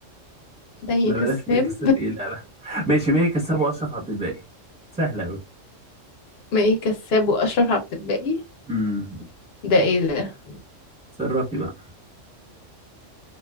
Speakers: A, on the left; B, in the centre.
A: مي
B: لا
A: كساب
B: بلاش مي كساب ايه لا لا ماشي مي كساب واشرف عبد الباقي سهلة اوي
A: مي كساب واشرف عبد الباقي
B: امم
A: ده ايه ده
B: تصرفي بقى